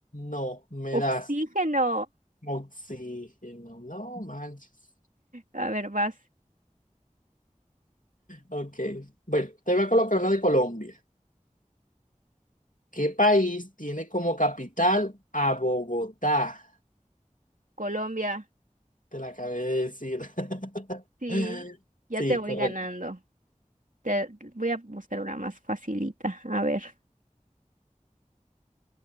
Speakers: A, on the left (about 75°); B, on the right (about 75°).
A: No, me
B: Oxígeno.
A: das oxígeno. No manches.
B: A ver, vas.
A: Ok, bueno, te voy a colocar una de Colombia. ¿Qué país tiene como capital a Bogotá?
B: Colombia.
A: Te la acabé de decir.
B: Sí,
A: <laughs>
B: ya
A: Sí,
B: te voy
A: correcto.
B: ganando. Te, voy a buscar una más facilita. A ver.